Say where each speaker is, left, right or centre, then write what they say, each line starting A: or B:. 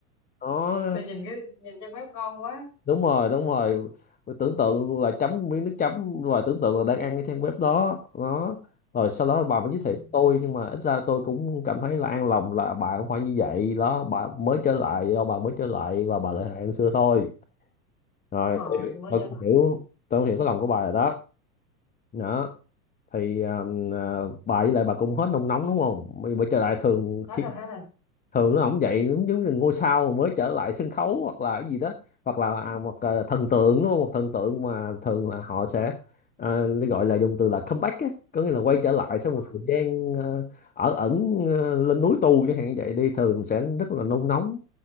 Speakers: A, on the left; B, on the left.
A: đó
B: tôi nhìn cái nhìn trang web ngon quá
A: đúng rồi đúng rồi tưởng tượng là chấm miếng nước chấm rồi tưởng tượng là đang ăn cái trang web đó đó rồi sau đó bà mới giới
B: ừ.
A: thiệu tôi nhưng mà ít ra tôi cũng cảm thấy là an lòng là bà không phải như vậy đó bà mới trở lại do bà mới trở lại và bà lại hại hơn xưa thôi rồi
B: đúng rồi
A: tôi,
B: tôi mới
A: tôi
B: trở lại
A: cũng hiểu tôi cũng hiểu cái lòng của bà rồi đó đó thì um, à, bà với lại bà cũng hết nôn nóng đúng không bởi bởi trở lại thường
B: hết
A: khi
B: rồi hết rồi
A: thường nó ổng vậy giống giống như ngôi sao mới trở lại sân khấu hoặc là cái gì đó hoặc là à, một à, thần tượng nó một thần tượng mà thường là họ sẽ à, nó gọi là dùng từ là comeback á có nghĩa là quay trở lại sau
B: ừ.
A: một thời gian ờ, ở ẩn ờ, lên núi tu chẳng hạn vậy đi thường sẽ rất là nôn nóng